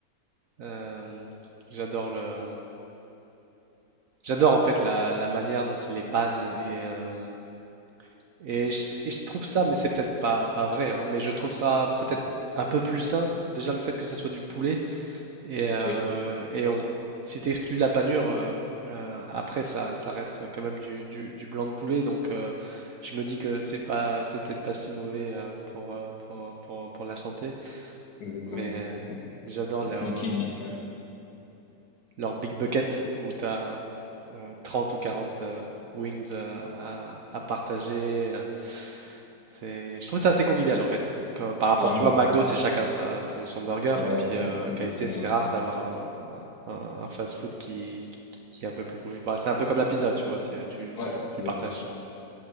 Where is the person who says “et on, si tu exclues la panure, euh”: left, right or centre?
Right